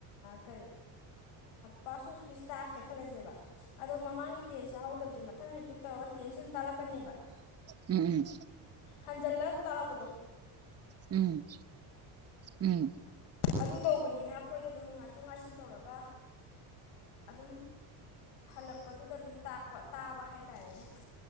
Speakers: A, on the left; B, on the right.
A: ꯀꯔꯤ ꯄꯥꯁ ꯄꯤꯁꯇꯥ ꯈꯜꯂꯁꯦꯕ ꯑꯗꯣ ꯃꯃꯥꯡꯒꯤ ꯇꯦꯟꯁꯦ ꯍꯧꯗꯕꯁꯦ ꯃꯊꯪ ꯔꯤꯄꯤꯠ ꯇꯧꯔꯒ ꯇꯦꯟꯁꯟ ꯇꯥꯥꯛꯂꯛꯀꯅꯦꯕ
B: ꯎꯝ ꯎꯝ
A: ꯍꯪꯖꯤꯜꯂ ꯑꯗꯨ ꯇꯂꯥ ꯄꯇꯣ
B: ꯎꯝ ꯎꯝ
A: ꯑꯗꯨ ꯇꯧꯕꯅꯤꯅ ꯑꯩꯈꯣꯏꯗ ꯑꯗꯨꯝ ꯉꯥꯏꯊꯣꯛ ꯉꯥꯏꯁꯤꯟ ꯇꯧꯔꯒ ꯑꯗꯨꯝ ꯍꯜꯂꯛꯄꯗꯨꯗ ꯑꯗꯨꯝ ꯇꯥꯛꯄ ꯇꯥꯕ ꯍꯥꯏꯇꯥꯔꯦꯅꯦ